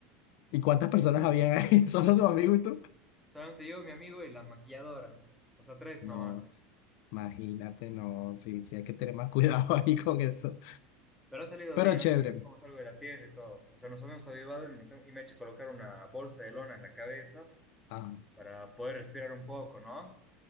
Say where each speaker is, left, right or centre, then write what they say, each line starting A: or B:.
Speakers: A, on the left (about 65°); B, in the centre.
A: ¿y cuántas personas habían ahí? <laughs> ¿Solo tu amigo y tú?
B: Solamente yo, mi amigo y la maquilladora. O sea, tres
A: No,
B: nomás.
A: s- imagínate, no, sí, sí, hay que tener más cuidado <laughs> ahí con eso.
B: Pero ha salido
A: Pero
B: bien,
A: chévere.
B: así bien como salgo de la tierra y todo. O sea, nos habíamos avivado y, nos- y me he hecho colocar una bolsa de lona en la cabeza
A: Ah,
B: para poder respirar un poco, ¿no?